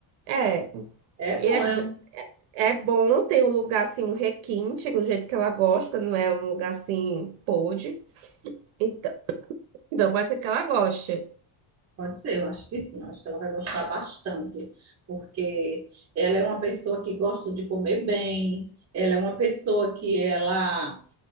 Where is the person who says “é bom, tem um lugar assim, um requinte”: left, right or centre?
Right